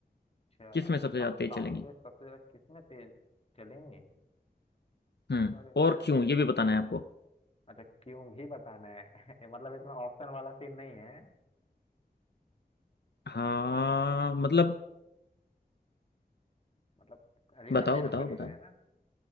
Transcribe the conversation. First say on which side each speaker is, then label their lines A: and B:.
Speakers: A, on the left (about 35°); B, on the left (about 85°).
A: अच्छा
B: किस में सबसे ज्यादा
A: सा, साउंड
B: तेज चलेंगी
A: वेव सबसे ज्यादा किस में तेज चलेंगे
B: हम्म
A: और एक
B: और
A: मिनट
B: क्यों ये भी बताना है आपको
A: अच्छा क्यों भी बताना है <laughs> मतलब इसमें ऑप्शन वाला सीन नहीं है
B: हाँ
A: तो
B: मतलब
A: मतलब रीजन
B: बताओ
A: देना
B: बताओ
A: पड़ेगा
B: बताओ
A: है ना